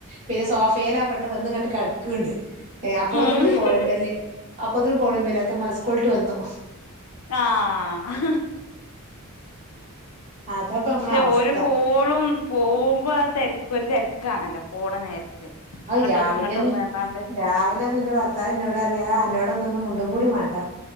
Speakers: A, on the right; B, on the left.
A: പിന്നെ സോഫയിലാ പെണ്ണ് വന്ന് ഇങ്ങട്ട് കിടക്ക്ണ്ട് അപ്പോത്തിന്ണ്ട്
B: ഉം
A: കോളിങ് ബെൽ അപ്പൊതേനും കോളിങ് ബെൽ ത്ത മ സ്കൂളിട്ട് വന്നു
B: ആഹ്
A: അതാപ്പം നമ്മളെ
B: പക്ഷെ
A: അവസ്ഥ
B: ഓര് പോളും പോവുമ്പ ആ തിരക്ക ഒരു തിരക്കാണല്ലോ പോണ നേരത്ത്
A: അത്
B: അങ്ങട്ടൊന്ന്
A: രാവിലെന്ന്
B: ഇങ്ങട്ടൊന്ന് പറഞ്ഞാണ്ട്
A: രാവിലൊന്നെന്റെ പ ത്ത എന്നോട് പറിയാ എന്നോടന്ന ഒന്ന് മുണ്ടും കൂടി വേണ്ട